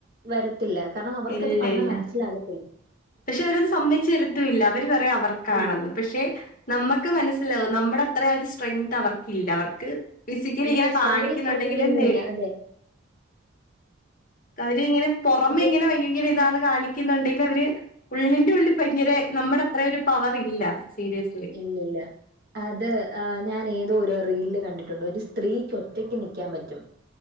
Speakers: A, on the right; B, on the left.
A: വരത്തില്ല കാരണം അവർക്കത്
B: ഇല്ല
A: പറഞ്ഞാ
B: ഇല്ല.
A: മൻസ്സിലാകത്തില്ല
B: പക്ഷെ അവരത് സമ്മയ്ച്ചെരത്തുല്ല അവര് പറയാ അവർക്കാണെന്ന്
A: ഇല്ല
B: പക്ഷെ നമ്മക്ക് മനസ്സിലാവും നമ്മടത്രെ ഒരു സ്ട്രെങ്ത് അവർക്കില്ല അവർക്ക് ഫിസിക്കലിങ്ങനെ
A: ഇല്ല
B: കാണിക്കുന്നുണ്ടെങ്കിലും
A: അവര് സ്ട്രഗിൾ ചെയ്യുന്നുല്ല
B: നേ
A: അതെ
B: അവരിങ്ങനെ പൊറമെ
A: അത്
B: ഇങ്ങനെ ഭയങ്കര ഇതാന്ന് കാണിക്ക ക്കുന്നുണ്ടെങ്കിൽ അവര് ഉള്ളിന്റെ ഉള്ളിൽ ഭയങ്കര നമ്മുടെയത്ര ഒരു പവർ ഇല്ല സീരിയസ്ലി
A: ഇല്ലയില്ല അത് ഞാൻ ഏതോരോ റീലില് കണ്ടിട്ടുണ്ട് ഒരു സ്ത്രീക്ക് ഒറ്റക്ക് നിൽക്കാൻ പറ്റും